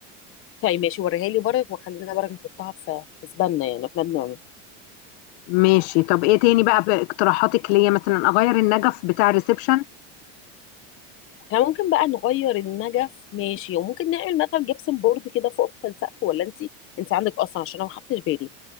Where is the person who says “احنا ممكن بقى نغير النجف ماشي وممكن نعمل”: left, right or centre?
Left